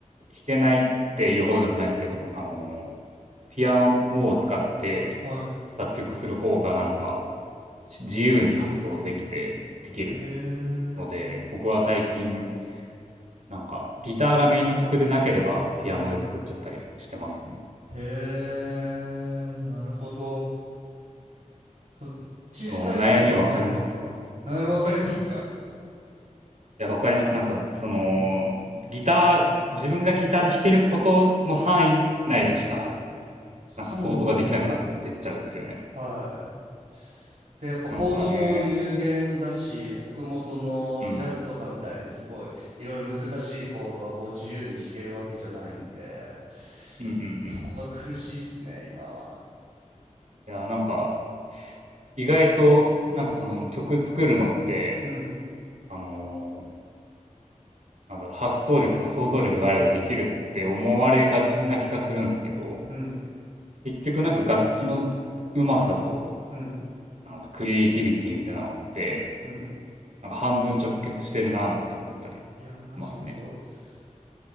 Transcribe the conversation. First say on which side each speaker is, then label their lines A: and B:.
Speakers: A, on the right; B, on the right.
A: 弾けないっていうほどでもないですけど、あの、ピアノを使って
B: はい。
A: 作曲する方がなんか自由に発想できて、できる
B: へえ。
A: ので、僕は最近なんかギターがメインの曲でなければピアノで作っちゃったりしてますね。
B: うん。へえ。なるほど。その小さい頃、
A: でも悩みわかりますわ。
B: うん。何もわかりますか
A: いや、わかります。なんかその、
B: うん
A: ギター、自分がギターで弾けることの範囲内でしか
B: そうなんですよ。
A: なんか想像ができなくなってっちゃうっすよね。
B: はい。で、やっぱコードも有限だし、
A: なんかね、
B: 僕もそのジャズとかみたいにすごいいろいろ難しいコードがこう自由に弾けるわけじゃないんで、
A: うん、うんうんう
B: そこが苦しいっすね、
A: ん。
B: 今は。
A: いやー、なんか、意外と、なんかその曲作るのって、
B: うん、
A: あのーなんだろう、発想力とか想像力があればできるって思われがちな気がするんですけど、
B: うん、
A: 結局なんか楽器のうまさと、
B: うん、
A: なんかクリエイティビティみたいなのって、
B: うん。
A: なんか半分直結してるなーなんて思ったりし
B: いやー、マジでそうっす。
A: ますね。